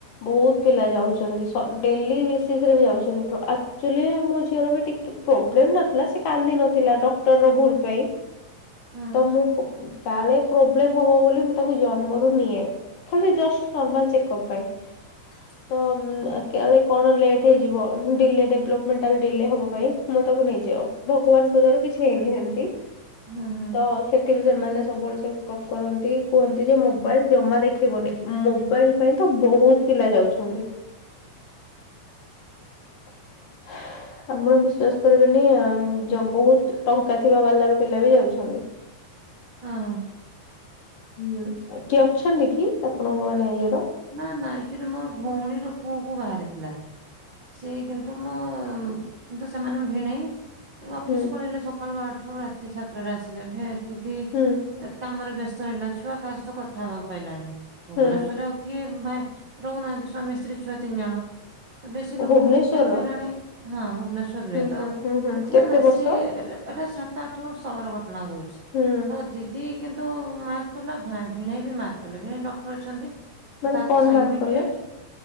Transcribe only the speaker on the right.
ହୁଁ
ହୁଁ ହୁଁ
ଉଁ ହୁଁ।
ନା ନା ଆକ୍ଚୁଆଲି ମୋର ଭଉଣୀର ପୁଅକୁ ବାହାରିଥିଲା। ସିଏ କିନ୍ତୁ ମୁଁ କିନ୍ତୁ ସେମାନେ ଭିଣେଇ ଅଫିସ
ପଳେଇଲେ ସକାଳୁ ଆଠ ରୁ ରାତି ସାତଟା ଆସିଲେ ଏ ଦିଦି
କାମରେ ବ୍ୟସ୍ତ ରହିଲା ଛୁଆ କାହା ସହିତ କଥା ହେବାକୁ ପାଇଲାନି ଭୁବନେଶ୍ଵରରେ
ଆଉ କିଏ ଭାଇ ରହୁନାହାନ୍ତି ସ୍ଵାମୀ ସ୍ତ୍ରୀ ଛୁଆ ତିନି ଜଣ ବେଶୀ ଲୋକଙ୍କୁ
ଦେଖିବାକୁ ପାଇଲାନି। ହଁ ଭୁବନେଶ୍ଵରରେ
ତ
ନା ନା
ସିଏ ଏଟା ସା ସାତ ଆଠ ବର୍ଷ ତଳର ଘଟଣା କହୁଛି
ତ ଦିଦି କିନ୍ତୁ ମାର୍କ କଲା ଭିଣେଇ ବି ମାର୍କ କଲେ ଭିଣେଇ ଡକ୍ଟର ଅଛନ୍ତି।
ତାକୁ
ସା ଇମିଡିଏଟ